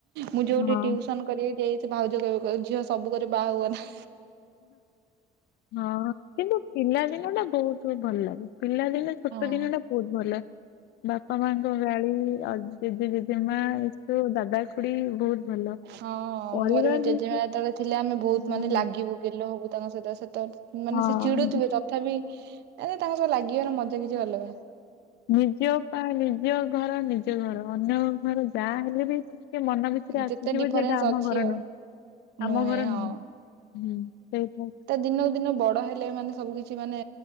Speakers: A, on the right (about 80°); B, on the left (about 80°).
A: ମୁଁ ଯୋଉଠି
B: ହଁ
A: ଟିଉସନ କରିକି ଯାଇଛି ଭାଉଜ କଇ ବଝିଅ ସବୁକରେ ବାହା ହୁଅନା।
B: ହଁ କିନ୍ତୁ ପିଲାଦିନ ଟା ବହୁତ ଭଲ ଲାଗେ ପିଲାଦିନ ଛୋଟ
A: ହଁ
B: ଦିନ ଟା ବହୁତ ଭଲ ବାପା ମାଙ୍କ ଗାଳି ଆଉ ଜେଜେ, ଜେଜେମା ଏସବୁ ଦାଦା, ଖୁଡି ବହୁତ ଭଲ।
A: ହଁ
B: ପରିବାର
A: ମୋର ବି ଜେଜେମା
B: ବିଷୟ
A: ଯେତେବେଳେ ଥିଲେ ଆମେ ବହୁତ
B: ହଁ
A: ମାନେ ଲାଗିବୁ ଗେଲ ହବୁ ତାଙ୍କ ସହିତ ସେତେବେଳେ ମାନେ
B: ହଁ
A: ସେ ଚିଡୁଥିବେ ତଥାପି ଆରେ ତାଙ୍କ ସ ଲାଗିବାର ମଜା କିଛି ଅଲଗା।
B: ନିଜ ପାଇଁ ନିଜ ଘର ନିଜ ଘର ଅନ୍ୟ ଘର ଯାହା ହେଲେ ବି। ସେ ମନ ଭିତରେ ଆସିଯିବ
A: ଯେତେ ଡିଫରେନ୍ସ
B: ଯେ ଏଟା ଆମ
A: ଅଛି
B: ଘର
A: ଆଉ
B: ନୁହଁ
A: ନୁହେଁ
B: ଆମ ଘର ନୁହଁ
A: ହଁ।
B: ହୁଁ ସେଇଠୁଁ।
A: ତା ଦିନକୁ ଦିନ ବଡ଼ ହେଲେ ମାନେ ସବୁ କିଛି ମାନେ